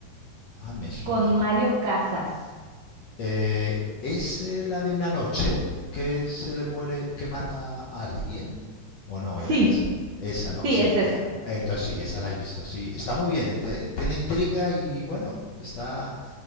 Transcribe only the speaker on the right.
con Mario Casas.
Sí,
sí,
es esa.